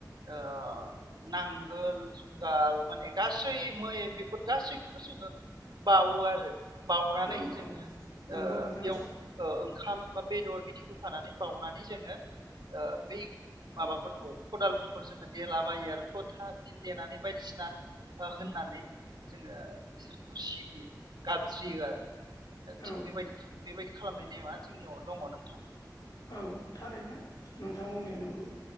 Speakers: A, on the right; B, on the left.
A: ओ नांगोल, जुंगाल माने गासै मै बेफोर गासै खौबो जोङो बावो आरो। बावनानै
B: औ
A: जोङो
B: औ नंगौ
A: ओ
B: नोंथां
A: बेयाव ओ ओंखाम बा बेदर बिदि होफानानै बावनानै जोङो ओ बै माबा फोरखौ खदाल फोरखौ जोङो देलाबायो आरो थ' था बिदिनो देनानै बायदिसिना होननानै जोङो इसोरखौ सिबियो गाबज्रियो आरो।
B: औ
A: थिग बेबायदि बेबायदि खालामनायनि नेमा जोंनियाव दङ नोंथां।
B: औ थारैनो नोंथां बुंनाया नंगौ